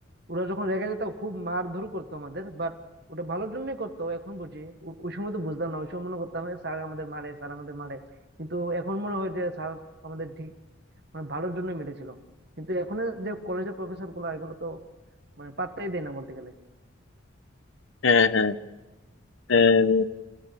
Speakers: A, on the right; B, on the left.
A: ওরা যখন রেগে যেত খুব মারধর করতো আমাদের বাট ওটা ভালোর জন্যই করতো এখন বুঝি ও- ওই সময় তো বুঝতাম না ওই সময় মনে করতাম স্যার আমাদের মারে স্যার আমাদের মারে কিন্তু এখন মনে হয় যে স্যার আমাদের ঠিক মানে ভালোর জন্যই মেরেছিল কিন্তু এখন যে কলেজের প্রফেসর গুলো এগুলো তো মানে পাত্তাই দেয় না বলতে গেলে
B: হ্যাঁ হ্যাঁ উম,